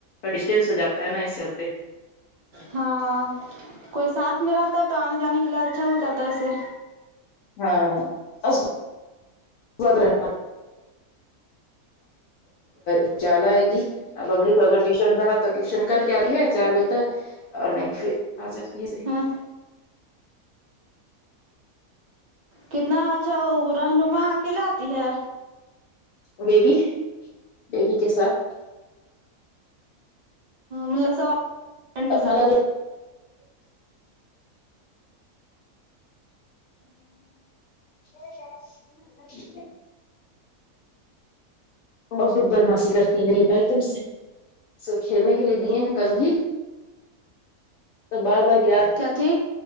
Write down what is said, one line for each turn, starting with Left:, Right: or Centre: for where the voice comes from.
Left: ڈسٹینس ہوجاتا ہے نا اس چلتے
Right: ہاں کوئی ساتھ میں رہتا ہے تو آنے جانے کے لیے اچھا ہو جاتا ہے ایسے
Left: ہاں اس کے <unintelligible> اجالا آئے گی ا ببلی کو اگر ٹیوشن رہا تو ٹیوشن کر کے آتی ہے چار بجے تک اور نہیں پھر آ جاتی ہے صحیح
Right: ہاں کتنا اچھا وہ رہنما اکیلے آتی ہے
Left: بیبی بیبی کے ساتھ
Right: ملاسا فرینڈ کے
Left: اپنا
Right: ساتھ
Left: کوئی <inaudible> بہت بدماشی کرتی ہے <unintelligible> تم سے سو کھیلنے کے لیے دیے ہیں کنگھی تو بار بار گرا
Right: کیا تھی